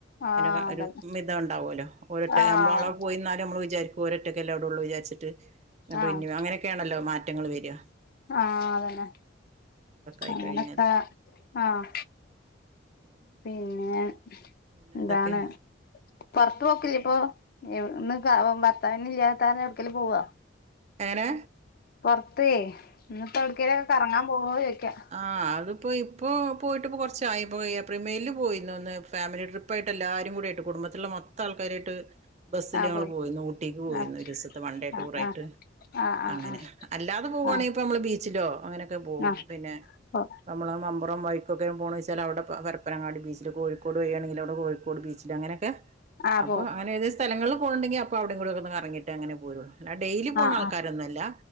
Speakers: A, on the left; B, on the right.
A: ആഹ്
B: അതിനൊക്ക
A: അതന്നെ
B: ഒരു മിതം ഉണ്ടാവൂല്ലോ? <unintelligible>
A: ആഹ്
B: എമ്പാള പോയി എന്നാലും മ്മള് വിചാരിക്കും ഓര് ഒറ്റക്കല്ലേ അവിടുള്ളൂ വിചാരിച്ച് ന്നട്ട്
A: ആഹ്
B: പിന്നിം അങ്ങനെയൊക്കെയാണല്ലോ മാറ്റങ്ങൾ വര
A: ആഹ് അതന്നെ
B: ആയി
A: അങ്ങനൊക്കെ
B: കഴിഞ്ഞാല്
A: ആഹ്
B: പിന്നെ
A: പിന്നെ
B: പിന്നെ
A: എന്താണ്.
B: എന്തൊക്കെ
A: പൊർത്ത് പോക്കില്ലെപ്പൊ ഇന്ന് ഭർത്താവിന് ഇല്ലാത്താര എവ്ട്ക്കേലും പോവാ.
B: എങ്ങനെ
A: പൊർത്തേ ഇന്ന്പ്പോ എവ്ട്ക്കേലൊക്കെ കറങ്ങാൻ പോവോ ചോയ്ക്കാ.
B: ആ അതിപ്പോ ഇപ്പോ പോയിട്ട് ഇപ്പോ കുറച്ചായി ഇപ്പോ ഏപ്രിൽ മേയിൽ പോയിരുന്നു ഒന്ന്. ഫാമിലി ട്രിപ്പായിട്ട് എല്ലാരുംകൂടിയിട്ട് കുടുംബത്തിലുള്ള മൊത്ത ആൾക്കാരായിട്ട്. ബസ്സിൽ
A: ആഹ്
B: ഞങ്ങൾ
A: പോയി
B: പോയിന്നു, ഊട്ടിക്ക് പോയിന്നു,
A: ആഹ്
B: ഒരു ഇസത്തെ വൺ ഡേ
A: ആഹ്
B: ടൂറായിട്ട്.
A: ആഹ് ആഹ്
B: അങ്ങനെ.
A: ആഹ്
B: അല്ലാതെ പോകുവാണേ
A: ആഹ്
B: ഇപ്പോ നമ്മള് ബീച്ചിലോ അങ്ങനെയൊക്കെ പോകും
A: ആഹ് ആഹ്
B: പിന്നെ
A: പോ
B: നമ്മള് മെമ്പറും വഴിക്കൊക്കെ പോണം വെച്ചാല് വെച്ചാൽ അവിടെ പനങ്ങാടി ബീച്ചില് കോഴിക്കോട് വഴിയാണെങ്കിൽ അവിടെ കോഴിക്കോട് ബീച്ചില് അങ്ങനെയൊക്കെ
A: ആഹ്
B: അപ്പൊ
A: പോവും
B: അങ്ങനെ ഏ സ്ഥലങ്ങളില് പോകണ്ടെങ്കിൽ അ അപ്പൊ അവിടെ എവിടെയെന്നൊക്കെ, ഒന്ന് കറങ്ങിട്ട് അങ്ങനെ ഒപോരേള്ളു അല്ല ഡെയിലി പോണ
A: ആഹ്
B: ആൾക്കാരൊന്നല്ല
A: ആഹ്